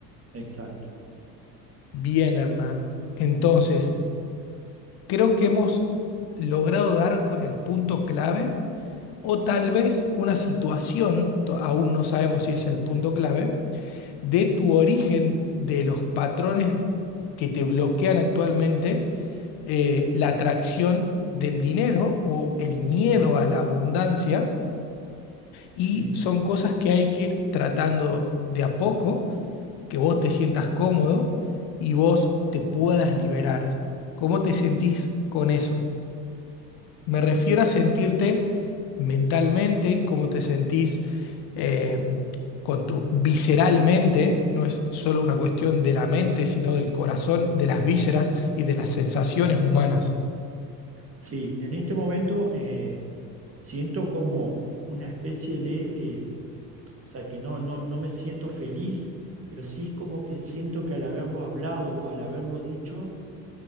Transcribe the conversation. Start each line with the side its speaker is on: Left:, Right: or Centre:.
Right: exacto.
Left: Bien, Hernán. Entonces, creo que hemos logrado dar con el punto clave, o tal vez una situación, to- aún no sabemos si es el punto clave, de tu origen de los patrones que te bloquean actualmente eh, la atracción del dinero o el miedo a la abundancia, y
Right: Sí,
Left: son cosas que hay que ir tratando de a poco, que vos te sientas cómodo y vos te puedas liberar. ¿Cómo te sentís con eso? Me refiero a sentirte mentalmente, cómo te sentís eh, con tu visceralmente, no es solo una cuestión de la mente, sino del corazón, de las vísceras y de las sensaciones humanas.
Right: sí, en este momento eh, siento como una especie de, eh, o sea, que no, no, no me siento feliz, pero sí es como que siento que al haberlo hablado o al haberlo dicho,